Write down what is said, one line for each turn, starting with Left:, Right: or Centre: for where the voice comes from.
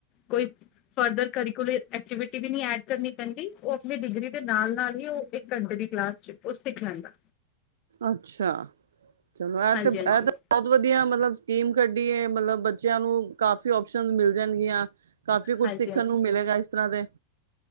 Left: ਕੋਈ ਫਰਦਰ ਕਰੀਕਓਲ ਐਕਟੀਵਿਟੀ ਵੀ ਨੀ ਐਡ ਕਰਨੀ ਪੈਂਦੀ ਉਹ ਆਪਣੀ ਡਿਗਰੀ ਦੇ ਨਾਲ- ਨਾਲ ਹੀ ਉਹ ਇੱਕ ਘੰਟੇ ਦੀ ਕਲਾਸ। ਉਹ ਸਿੱਖ ਲੈਂਦਾ
Right: ਅੱਛਾ, ਚਲੋ ਇਹ
Left: ਹਾਂਜੀ
Right: ਤੇ ਇਹ
Left: ਹਾਂਜੀ
Right: ਤਾਂ ਬਹੁਤ ਵਧੀਆ ਮਤਲਬ ਸ। ਟੀਮ ਕੱਢੀਏ, ਮਤਲਬ ਬੱਚਿਆਂ ਨੂੰ ਕਾਫੀ ਓਪਸ਼ਨ ਮਿਲ ਜਾਣਗੀਆਂ। ਕਾਫੀ ਕੁੱਝ
Left: ਹਾਂਜੀ
Right: ਸਿੱਖਣ
Left: ਹਾਂਜੀ
Right: ਨੂੰ ਮਿਲੇਗਾ ਇਸ ਤਰ੍ਹਾਂ ਦੇ।